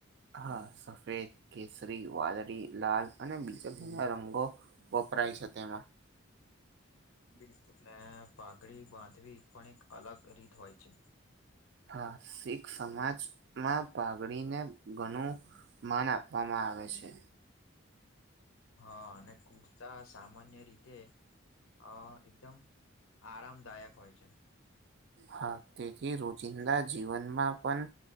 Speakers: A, on the right; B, on the left.
A: હા સફેદ, કેસરી, વાદળી, લાલ અને બીજા ઘણા રંગો વપરાય છે તેમાં.
B: બિલકુલ ને પાઘડી બાંધવી પણ એક અલગ રીત હોય છે.
A: હા શીખ સમાજમાં પાાગડીને ઘનું માન આપવામાં આવે છે.
B: હા અને કુર્તા સામાન્ય રીતે અ એકદમ આરામદાયક હોય છે.
A: હા તેથી રોજિંદા જીવનમાં પન